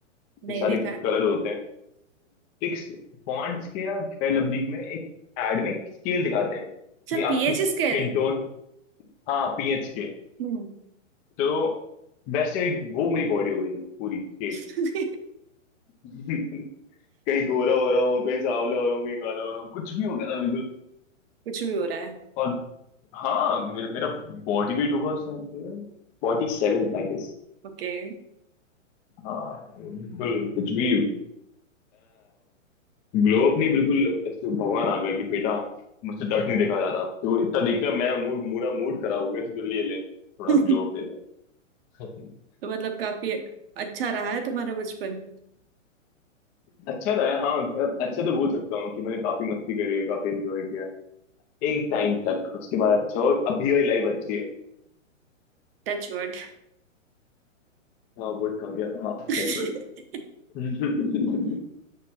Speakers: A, on the left; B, on the right.
A: तो
B: देखा
A: सारे
B: है
A: कलर होते हैं एक पॉन्ड्स के या फेयर लवली में एक एड में स्केल दिखाते हैं कि
B: अच्छा पीएच
A: आपकी स्किन
B: स्केल
A: टोन हाँ पीएच
B: हम्म
A: तो वैसे ही वो मेरी बॉडी हो गई थी पूरी स्केल
B: कुछ
A: <laughs> कहीं गोरा हो रहा हूँ कहीं सांवला हो रहा हूँ कहीं काला हो रहा हूँ कुछ भी हो गया था बिल्कुल
B: भी हो रहा है
A: और हाँ मेरा मेरा बॉडी वेट होगा उस टाइम पे 47 आई गेस
B: ओके
A: हाँ बिल्कुल कुछ भी ग्लो अप नहीं बिल्कुल ऐसे भगवान आ गया कि बेटा मुझसे दर्द नहीं देखा जा रहा तो इतना देख लिया मैं मूड मूड मूड खराब हो गया तो जो ले ले थोड़ा
B: तो
A: ग्लो अप ले ले <laughs>
B: मतलब काफी अच्छा रहा है तुम्हारा बचपन
A: अच्छा रहा है हाँ मतलब अच्छा तो बोल सकता हूँ कि मैंने काफी मस्ती करी है काफी एंजॉय किया एक टाइम तक उसके बाद अच्छा हो अभी वही लाइफ अच्छी है
B: Touch word
A: हाँ वुड कहूंगे हाँ
B: <laughs>
A: Touch wood. <laughs>